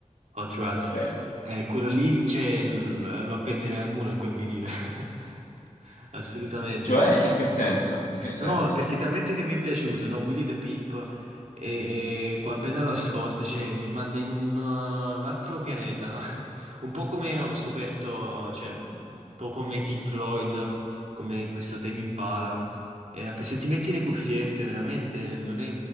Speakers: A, on the right (about 60°); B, on the left (about 85°).
A: Hot Rats.
B: certo.
A: Eh, quello lì c'è, l- lo appenderei al muro in quel vinile. <laughs> Assolutamente,
B: Cioè,
A: perché...
B: in che senso? In che senso?
A: No, perché talmente che mi è piaciuto, no? Willy the Pimp, e, e qua appena lo ascolto, cioè, mi manda in un, uh, un altro pianeta, no? <laughs> Un po' come ho scoperto, cioè, un po' come Pink Floyd, come questo Tame Impala. E se ti metti le cuffiette, veramente non è